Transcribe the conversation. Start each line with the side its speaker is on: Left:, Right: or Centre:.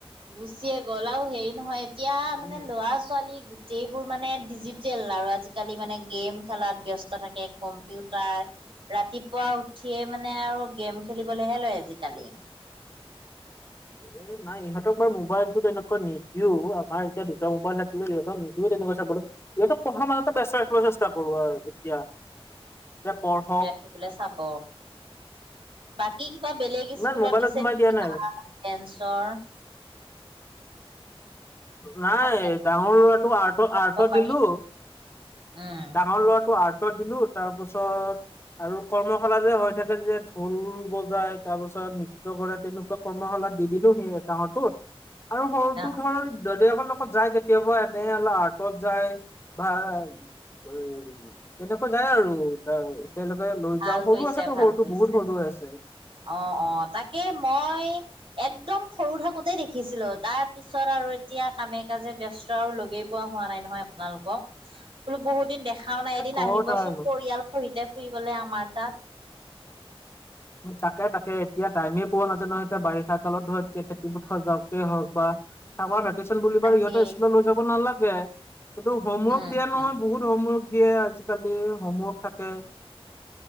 Right: গুচিয়ে গ'ল আৰু হেৰি নহয় এতিয়া মানে
Left: উম
Right: ল'ৰা ছোৱালী সেইবোৰ মানে ডিজিটেল আৰু আজিকালি মানে গেম খেলাত ব্যস্ত থাকে কম্পিউটাৰ ৰাতিপুৱা উঠিয়ে মানে আৰু গেম খেলিবলৈহে লয় আজিকালি।
Left: <inaudible> নাই ইহঁতক বা মোবাইলতটো তেনেকুৱা নিদিও আমাৰ এতিয়া দুটা মোবাইল থাকিলে ইহতক নিদিও তেনেকৈ চাবলে। ইহঁতক পঢ়াৰ মাজতে ব্যস্ত ৰাখিব চেষ্টা কৰো আৰু এতিয়া যে পঢ়ক।
Right: থাকিবলে চাব, বাকী কিবা বেলেগ
Left: ইমান
Right: স্কুলত
Left: মোবাইলত
Right: দিছে
Left: সোমাই
Right: নেকি
Left: দিয়া নাই।
Right: আ? কেন্ঞ্চৰ।
Left: নাই
Right: আজিকালি
Left: ডাঙৰ লৰাটো আৰ্ট আৰ্টত
Right: দিব পাৰি
Left: দিলো।
Right: উম
Left: ডাঙৰ লৰাটো আৰ্টচত দিলো তাৰপাছত আৰু কৰ্মশালা যে হৈ থাকে যে ঢোল বজাই তাৰপাছত নৃত্য কৰে তেনো ত কৰ্মশালা দি দিলো সি এ ডাঙৰটোত আৰু সৰুটো
Right: অ
Left: ধৰ জলীয়াবা কু লগত যায় কেতিয়াবা এনে অলপ আৰ্টত যায় বা উ তেনেকুৱা যায় আৰু তাৰ এ তেওঁলোকে লৈ
Right: ভাল
Left: যাওঁ সৰু
Right: কৰিছে
Left: আছেতো
Right: ভাল
Left: সৰুটো
Right: কৰিছে
Left: বহুত সৰু আছে।
Right: অ অ তাকে মই একদম সৰু থাকোতে দেখিছিলো তাৰ পিছ পিছত আৰু এতিয়া কামে - কাজে ব্যস্ত আৰু লগেই পোৱা হোৱা নাই নহয় আপোনালোকক? বোলো বহুত দিন দেখাও নাই এদিন
Left: ক'ত
Right: আহিবচোন
Left: আৰু
Right: পৰিয়াল খহিতে ফুৰিবলৈ আমাৰ তাত।
Left: তাকে তাকে এতিয়া টাইমেই পোৱা নায়ায নহয় এতিয়া বাৰিষা কালত ধৰ এতিয়া খেতিপথাৰ যাওঁতে হওক বা চামাৰ ভেকেচন বুলি
Right: তাকে
Left: ইহঁতৰ স্কুলত লৈ যাব নালাগে কিন্তু হোমৱৰ্ক
Right: উম
Left: দিয়া নহয় বহুত। হোমৱৰ্ক দিয়ে আজিকালি হোমৱৰ্ক থাকে।